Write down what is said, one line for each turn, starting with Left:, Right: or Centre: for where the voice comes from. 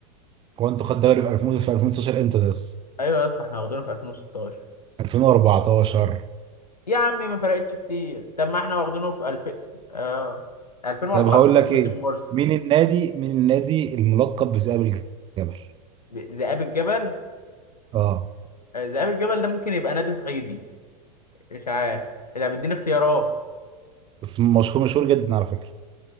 Right: هو انتوا خدتوا الدوري في 2000 في 2016 امتى ده اصلا
Left: ايوه يا اسطى احنا واخدينه في 2016
Right: 2014
Left: يا عمي ما فرقتش كتير طب ما احنا واخدينه في 2000 آه 2014
Right: طب هقول لك
Left: باسم
Right: ايه
Left: مرسي
Right: مين النادي مين النادي الملقب بذئاب الجبل
Left: ب- ذئاب الجبل
Right: اه
Left: آه، ذئاب الجبل ده ممكن يبقى نادي صعيدي مش عارف اذا بتديني اختيارات
Right: بس مشهور مشهور جدا على فكرة